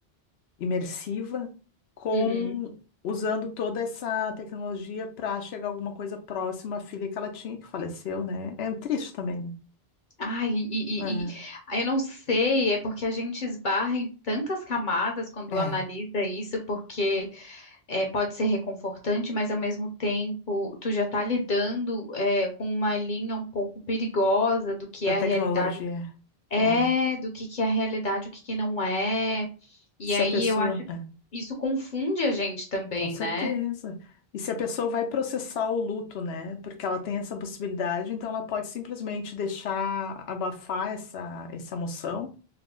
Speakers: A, on the left; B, on the left.
A: imersiva, com
B: Uhum.
A: usando toda essa tecnologia para chegar a alguma coisa próxima à filha que ela tinha, que faleceu, né? É triste também,
B: Ai, e,
A: né?
B: e- e- ah, eu não sei, é porque a gente esbarra em tantas camadas quando
A: É. É.
B: analisa isso, porque é, pode ser reconfortante, mas ao mesmo tempo tu já tá lidando é, com uma linha um pouco perigosa do que
A: da
B: é a
A: tecnologia.
B: realidade é,
A: É.
B: do que que é a realidade, o que que não é. E
A: Se
B: aí
A: a pessoa.
B: eu acho que
A: é,
B: isso confunde a gente também,
A: com certeza.
B: né?
A: E se a pessoa vai processar o luto, né? Porque ela tem essa possibilidade, então ela pode simplesmente deixar abafar essa, essa emoção,